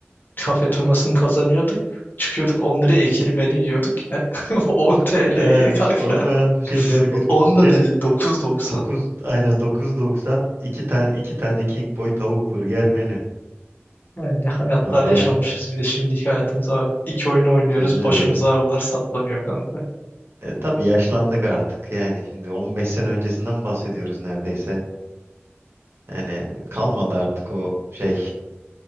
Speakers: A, on the left; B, on the right.
A: kafe turnuvasını kazanıyorduk. Çıkıyorduk 10 liraya ikili menü yiyorduk ya. <laughs> 10 TL'ye
B: Yani
A: kanka.
B: sormayan şey Burger King'de
A: 10 da değil 9.90.
B: 9 aynen dokuz doksan iki tane iki tane King Boy tavuk burger menü.
A: Yani ne hayatlar
B: Vallahi
A: yaşamışız bir de şimdiki hayatımıza bak. İki oyun oynuyoruz
B: güzel
A: başımıza
B: değil.
A: ağrılar saplanıyor kanka.
B: E, tabii yaşlandık artık yani şimdi 15 sene öncesinden bahsediyoruz neredeyse. Yani kalmadı artık o şey